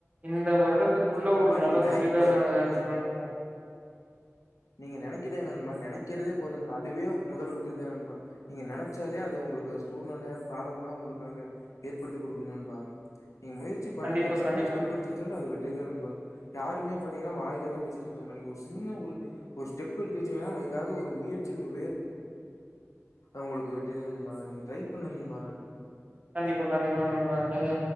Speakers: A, on the right; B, on the left.
A: இந்த வருடத்துக்குள்ள
B: நண்பா
A: ஒரு நல்ல
B: நீங்க நெனை
A: தொழில
B: ஒ
A: நாங்க எடுத்துருவோ
B: ம்
A: நண்பா
B: நீங்க நினைக்கிறீங்க நண்பா நினைக்கிறதே போதும் நண்பா அதுவே முதல் வெட் ற்றி தான் நண்பா நீங்க நெனச்சாலே அது உங்களுக்கு சூழ்நிலை காலம்லா உங்களுக்காக ஏற்படுத்தி கொடுக்கு நண்பா நீங்க முயற்சி பண்ணுங்க
A: கண்டிப்பா
B: சின்ன
A: கண்டிப்பா
B: ஸ்டெப் எடுத்து வச்சாலு அது வெற்றிதா நண்பா யாருமே பாத்தீங்கன்னா வாயில தான் பேசிட்டு இருக்காங்க நண்பா நீங்க ஒரு சின்ன ஒரு ஒரு ஸ்டெப் எடுத்து வச்சிங்க அதுக்காக ஒரு முயற்சி ஒரு வேற உங்களுக்கு வெற்றிதா நண்பா நீங்க ட்ரை பண்ணுங்க நண்பா
A: கண்டிப்பா கண்டிப்பா நண்பா நீங்க